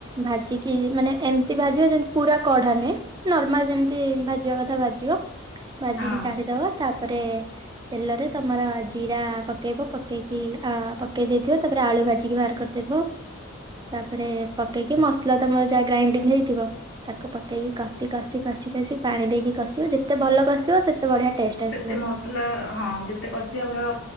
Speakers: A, on the right (about 20°); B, on the left (about 60°).
A: ଭାଜିକି ମାନେ ଏମିତି ଭାଜିବ ଯେମିତି ପୁରା କଢ଼ା ନୁହେଁ। ନର୍ମାଲ ଯେମିତି ଭାଜିବା କଥା ଭାଜିବ ଭାଜିକି
B: ହଁ
A: କାଢିଦବା ତାପରେ ତେଲରେ ତମର ଜିରା ପକେଇବ ପକେଇକି ପକେଇ ଦେଇଥିବ ତାପରେ ଆଳୁ ଭାଜିକି ବାହାର କରିଦେଇଥିବ। ତାପରେ ପକେଇକି ମସଲା ତମର ଯାହା ଗ୍ରାଇଣ୍ଡିଙ୍ଗ ହେଇଥିବ ତାକୁ ପକେଇକି କଷି, କଷି, କଷି, କଷି ପାଣି ଦେଇକି କଷିବ ଯେତେ ଭଲ କଷିବ ସେତେ ବଢିଆ ଟେଷ୍ଟ
B: ସେତେ
A: ଆସିବ।
B: ମସଲା ହଁ ଯେତେ କଷିବ ଆମର